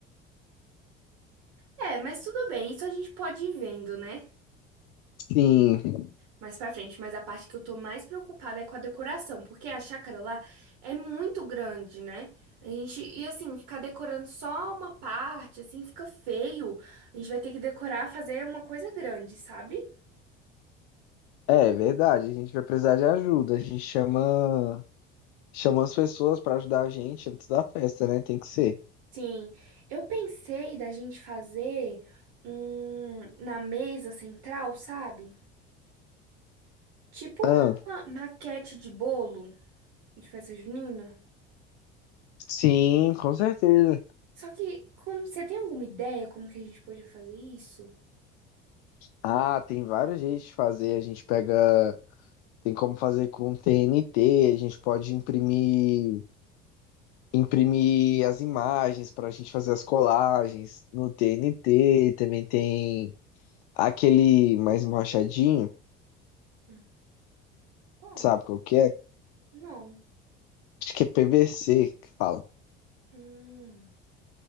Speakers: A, on the right; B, on the left.
A: É, mas tudo bem, isso a gente pode ir vendo, né?
B: Sim,
A: mais pra frente, mas a parte que eu tô mais preocupada é com a decoração, porque a chácara lá é muito grande, né? A gente, e assim, ficar decorando só uma parte, assim, fica feio. A gente vai ter que decorar, fazer uma coisa grande, sabe?
B: é verdade. A gente vai precisar de ajuda. A gente chama, chama as pessoas pra ajudar a gente antes da festa, né? Tem que ser.
A: Sim, eu pensei da gente fazer um na mesa central, sabe? Tipo
B: Ah,
A: uma maquete de bolo de festa junina.
B: sim, com certeza.
A: Só que, como, você tem alguma ideia como que a gente podia fazer isso?
B: Ah, tem vários jeitos de fazer. A gente pega. Tem como fazer com TNT, a gente pode imprimir. imprimir as imagens para a gente fazer as colagens no TNT, também tem aquele mais machadinho,
A: Hum. Qual?
B: sabe qual que é?
A: Não.
B: Acho que é PVC que fala.
A: Hum,